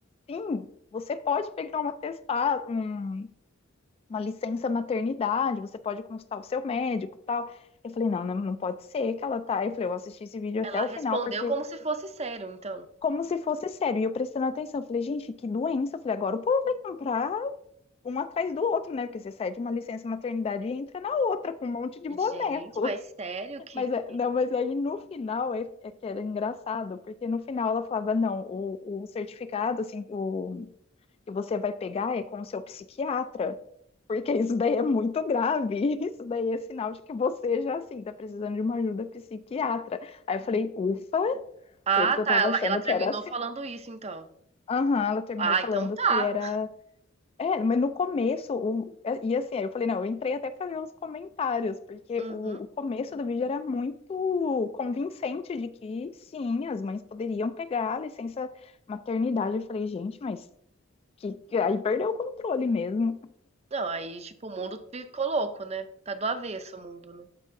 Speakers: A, on the left; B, on the right.
A: fim, você pode pegar um atestado, um, uma licença maternidade, você pode consultar o seu médico e tal. Eu falei, não, não, não pode ser que ela tá. Eu falei, eu assisti esse vídeo
B: Ela
A: até o
B: respondeu
A: final, porque
B: como se fosse sério, então.
A: como se fosse sério. E eu prestando atenção, eu falei, gente, que doença. Eu falei, agora o povo vai comprar um atrás do outro, né? Porque você sai de uma licença maternidade e entra na outra com um monte de boneco.
B: Gente, mas sério
A: <laughs>
B: que,
A: Mas, é,
B: que...
A: não, mas aí no final é, é que era engraçado, porque no final ela falava, não, o, o certificado, assim, o que você vai pegar é com o seu psiquiatra, porque isso daí é muito grave, <laughs> isso daí é sinal de que você já, assim, tá precisando de uma ajuda psiquiatra. Aí eu falei, ufa,
B: Ah,
A: falei, porque eu
B: tá,
A: tava
B: ela,
A: achando
B: ela terminou
A: que era assim.
B: falando isso, então.
A: Aham, ela terminou
B: Ah,
A: falando
B: então tá.
A: que era. É, mas no começo, o... e assim, aí eu falei, não, eu entrei até pra ver os comentários, porque
B: Uhum.
A: o, o começo do vídeo era muito convincente de que sim, as mães poderiam pegar a licença maternidade. Eu falei, gente, mas que, que- aí perdeu o controle mesmo.
B: Não, aí, tipo, o mundo ficou louco, né? Tá do avesso o mundo, né?